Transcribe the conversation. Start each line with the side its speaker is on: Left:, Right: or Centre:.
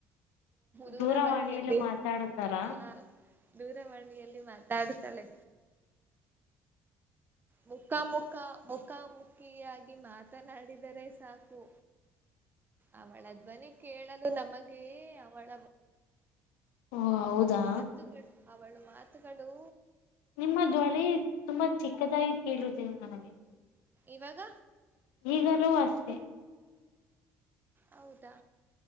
Right: ದೂರವಾಣಿಯಲ್ಲಿ
Left: ದೂರವಾಣಿಯಲ್ಲ ಮಾತಾಡತಾರಾ
Right: ಆ ದೂರವಾಣಿಯಲ್ಲಿ ಮಾತಾಡ್ತಾಳೆ ಮುಖ ಮುಖ ಮುಖಾಮುಖಿಯಾಗಿ ಮಾತನಾಡಿದರೆ ಸಾಕು ಅವಳದಧ್ವನಿ ಕೇಳಲು ನಮಗೆ ಅವಳ
Left: ಓ ಹೌದಾ
Right: ಮಾತುಕ ಅವಳು ಮಾತು ಗಳು
Left: ನಿಮ್ಮ ದಳೆ ತುಂಬಾ ಚಿಕ್ಕದಾಗಿ ಕೇಳುದಿ ನನಗೆ
Right: ಇವಾಗ
Left: ಈಗಲವೂ ಅಷ್ಟೆ
Right: ಹೌದು